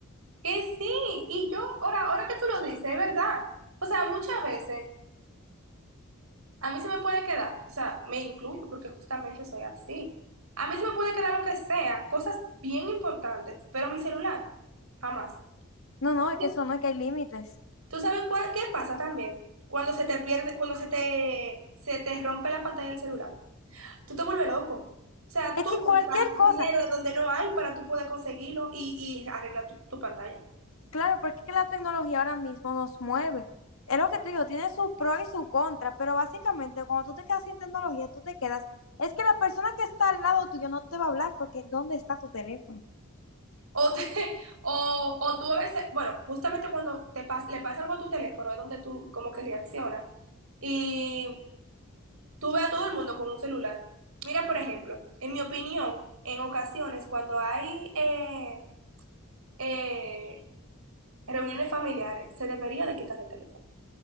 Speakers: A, on the right; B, on the left.
A: Que sí, y yo, ahora, ahora que tú lo dices, es verdad. O sea, muchas veces a mí se me puede quedar, o sea, me incluyo porque justamente soy así. A mí se me puede quedar lo que sea, cosas bien importantes, pero mi celular, jamás.
B: No, no, es
A: Porque,
B: que eso no, es que hay límites.
A: ¿Tú sabes cuál- qué pasa también? Cuando se te pierde, cuando se te, se te rompe la pantalla del celular, tú te vuelves loco. O sea,
B: Es
A: tú
B: que cualquier
A: buscas
B: cosa,
A: dinero donde no hay para tú poder conseguirlo y, y arreglar tu tu pantalla.
B: claro, porque es que la tecnología ahora mismo nos mueve. Es lo que te digo, tiene su pro y su contra, pero básicamente cuando tú te quedas sin tecnología, tú te quedas. Es que la persona que está al lado tuyo no te va a hablar porque ¿dónde está tu teléfono?
A: O, te- <laughs> o, o tú a veces, bueno, justamente cuando te pas- le pasa algo a tu teléfono es donde tú como que reaccionas. Y tú ves a todo el mundo con un celular. Mira, por ejemplo, en mi opinión, en ocasiones cuando hay eh, eh, reuniones familiares, se debería de quitar el teléfono.